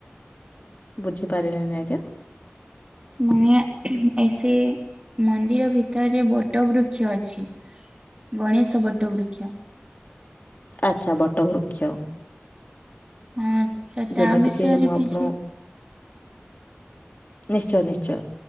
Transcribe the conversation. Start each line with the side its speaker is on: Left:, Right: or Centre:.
Left: ବୁଝିପାରିଲେନି ଆଜ୍ଞା।
Right: ମାନେ ଏସ ମନ୍ଦିର ଭିତରେ ବଟ ବୃକ୍ଷ ଅଛି। ଗଣେଶ ବଟ ବୃକ୍ଷ।
Left: ଆଚ୍ଛା ବଟ ବୃକ୍ଷ।
Right: ହଁ ତ
Left: ଯେମିତିକି
Right: ତା ବିଷୟରେ
Left: ମୁଁ ଆପଣଙ୍କୁ
Right: କିଛି
Left: ନିଶ୍ଚୟ ନିଶ୍ଚୟ।